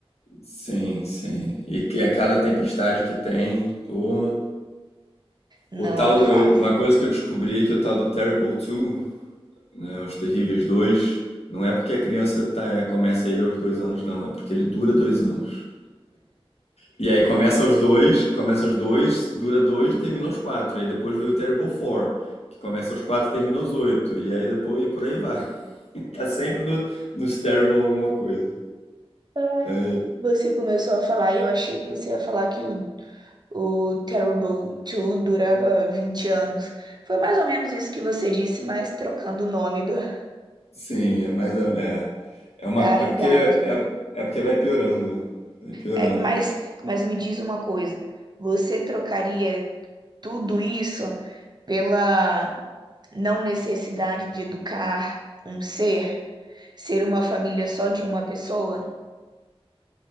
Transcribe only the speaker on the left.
sim, sim. E que é cada tempestade que tem o
o tal
do-
eu- uma coisa que eu descobri é que o tal do Terrible 2 né, Os Terríveis 2 não é porque a criança tá- começa ele aos dois anos, não, é porque ele dura dois anos. E aí começa os dois, começa os dois, dura dois e termina os quatro. E aí depois vem o Terrible Four, que começa os quatro e termina os oito. E aí depois, e por aí vai. <laughs> Tá sempre no, nos Terrible alguma coisa.
É,
sim, é mais. a- É, é
uma. É
porque, é,
é porque vai piorando. Vai piorando.